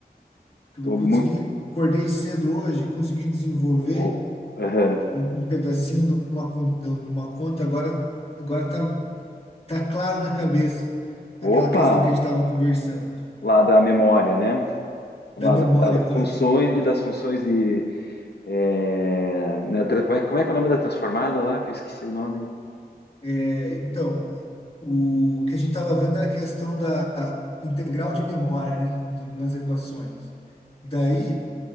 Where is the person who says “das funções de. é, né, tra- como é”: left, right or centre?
Left